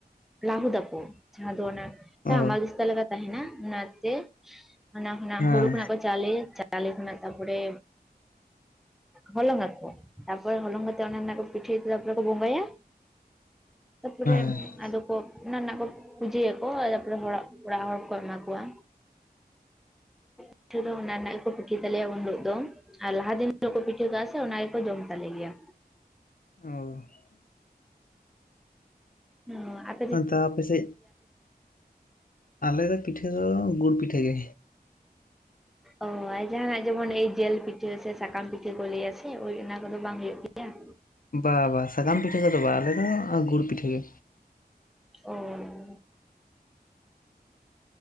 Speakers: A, in the centre; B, on the left.
A: ᱞᱟᱹᱦᱩᱫᱟᱠᱚ ᱡᱟᱦᱟᱸ ᱫᱚ ᱚᱱᱟ ᱦᱟᱢᱟᱞ
B: ᱚ
A: ᱫᱤᱥᱛᱟ ᱞᱮᱠᱟ ᱛᱟᱦᱮᱱᱟ ᱚᱱᱟᱛᱮ ᱚᱱᱟ ᱠᱷᱚᱱᱟᱜ
B: ᱦᱮᱸ
A: ᱦᱩᱲᱩ ᱠᱷᱚᱱᱟᱜ ᱠᱚ ᱪᱟᱣᱞᱮ ᱪᱟᱣᱞᱮ ᱠᱷᱚᱱᱟᱜ ᱛᱟᱯᱚᱲᱮ ᱦᱚᱞᱚᱝᱟ ᱠᱚ ᱛᱟᱯᱚᱨ ᱦᱚᱞᱚᱝ ᱠᱟᱛᱮᱜ ᱚᱱᱟ ᱨᱮᱱᱟᱜ ᱯᱤᱴᱟᱹᱭ ᱛᱮ ᱛᱟᱯᱚᱨᱮ ᱠᱚ ᱵᱚᱸᱜᱟᱭᱟ᱾ ᱛᱟᱯᱚᱨᱮ
B: ᱦᱮᱸ
A: ᱟᱫᱚ ᱠᱚ ᱚᱱᱟ ᱨᱮᱱᱟᱜ ᱠᱚ ᱯᱩᱡᱟᱹᱭᱟᱠᱚ ᱟᱫᱚ ᱨᱚᱦᱚᱲᱟᱜ ᱚᱲᱟᱜ ᱦᱚᱲ ᱠᱚ ᱮᱢᱟ ᱠᱚᱣᱟ᱾ ᱯᱤᱴᱷᱟᱹ ᱫᱚ ᱚᱱᱟ ᱨᱮᱱᱟᱜ ᱜᱮᱠᱚ ᱯᱤᱴᱷᱟᱹᱭ ᱛᱟᱞᱮᱭᱟ ᱩᱱ ᱦᱤᱞᱳᱜ ᱫᱚ᱾ ᱟᱨ ᱞᱟᱦᱟ ᱫᱤᱱ ᱦᱤᱞᱳᱜ ᱠᱚ ᱯᱤᱴᱷᱟᱹ ᱠᱟᱜᱼᱟ ᱥᱮ ᱚᱱᱟ ᱜᱮᱠᱚ ᱡᱚᱢ ᱛᱟᱞᱮ ᱜᱮᱭᱟ᱾
B: <unintelligible>
A: ᱦᱩ ᱟᱠ
B: ᱟᱫᱟ ᱟᱯᱮᱥᱮᱡ ᱟᱞᱮ ᱫᱚ ᱯᱤᱴᱷᱟᱹ ᱫᱚ ᱜᱩᱲ ᱯᱤᱴᱷᱟᱹ ᱜᱮ᱾
A: ᱚ ᱡᱟᱦᱱᱟᱜ ᱡᱮᱢᱚᱱ ᱮᱭ ᱡᱮᱞ ᱯᱤᱴᱷᱟᱹ ᱥᱮ ᱥᱟᱠᱟᱢ ᱯᱤᱴᱷᱟᱹ ᱠᱚ ᱞᱟᱹᱭᱟ ᱥᱮ ᱳᱭ ᱚᱱᱟ ᱠᱚᱫᱚ ᱵᱟᱝ ᱦᱩᱭᱩᱜᱮ <inaudible>
B: ᱵᱟ ᱵᱟ ᱥᱟᱠᱟᱢ ᱯᱤᱴᱷᱟᱹ ᱠᱚᱫᱚ ᱵᱟ ᱟᱞᱮᱫᱚ ᱜᱩᱲ ᱯᱤᱴᱷᱟᱹ ᱜᱮ᱾
A: ᱚ